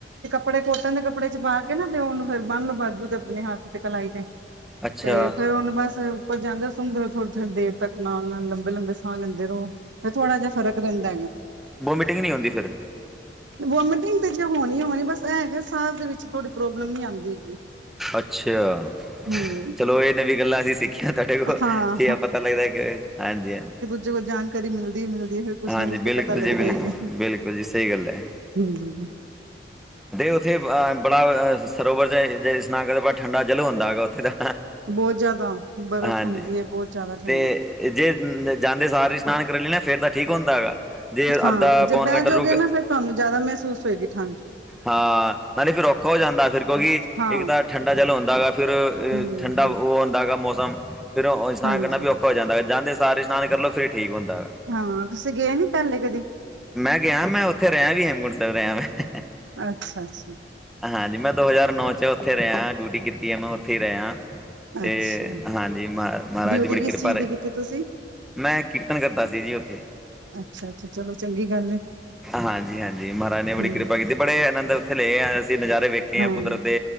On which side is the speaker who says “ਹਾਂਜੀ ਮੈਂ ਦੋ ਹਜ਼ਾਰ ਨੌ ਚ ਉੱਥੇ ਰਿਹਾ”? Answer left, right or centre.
Centre